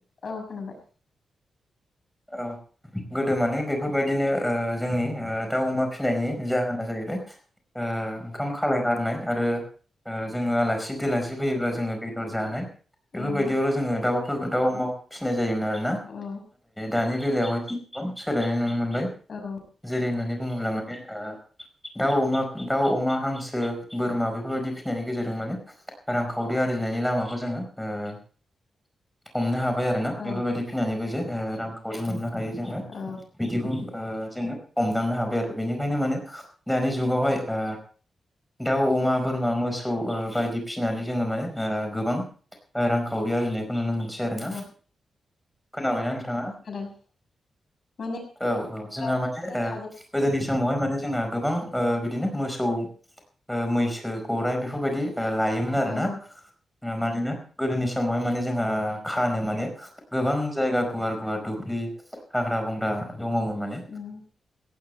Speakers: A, on the left; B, in the centre.
A: औ खोनाबाय
B: औ गोदो माने बेफोरबायदिनो ओ जोंनि ओ दाउ, अमा फिनायनि जाहोना जाहैबाय ओ ओंखाम खालाय गारनाय आरो ओ जोङो आलासि-दोलासि फैयोब्ला जोङो बेदर जानाय बेफोरबायदियावल'
A: उम
B: जोङो दाउफोरबो दाउ अमाख फिसिनाय जायोमोन आरो
A: औ
B: दानि बेलायावहाय गोबां सोलायनाय नुनो मोन
A: औ
B: दे होननानै बुङोब्ला माने ओ दाउ अमा <unintelligible> दाउ अमा हांसो बोरमा बेफोरबायदि फिसिनायनि गेजेरजों माने रांखावरि आर जिनायनि लामाखौ जोङो ओ हमनो हाब बाय आरो ना
A: औ
B: बेफोरबायदि फिनानैबो जे ओ रांखावरि मोननो हायो जोङो
A: औ
B: बिदिखौ ओ जोङो हमदांनो हाबाय आरो बेनिखायनो माने खो दानि जुगावहाय ओ दाउ, अमा, बोरमा मोसौ ओ बायदि फिसिनानै जोङो माने ओ गोबां ओ रांखावरि आरजिनायखौ नुनो मोनसै आरो ना
A: औ
B: खोनाबायना नोंथाङा औ
A: खोनादों माने
B: औ जोंहा
A: गाव
B: माने ओ
A: थाजोब
B: गोदोनि समावहाय माने जोंहा गोबां ओ बिदिनो मोसौ ओ मैसो गराइ बेफोरबायदि ओ लायोमोन आरोना।
A: औ
B: ङा मानोना गोदोनि समावहाय माने जोंहा खानो माने गोबां जायगा गुवार गुवार दुब्लि हाग्रा-बंग्रा दङ'मोन माने
A: उम